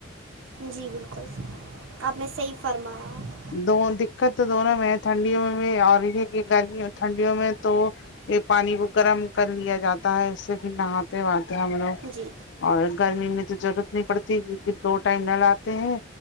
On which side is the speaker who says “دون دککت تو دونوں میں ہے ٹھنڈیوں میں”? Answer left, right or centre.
Left